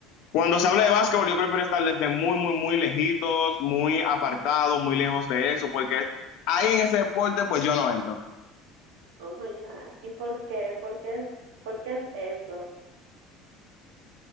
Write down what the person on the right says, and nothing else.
Oh my God. ¿Y por qué? ¿Por qué es, por qué es eso?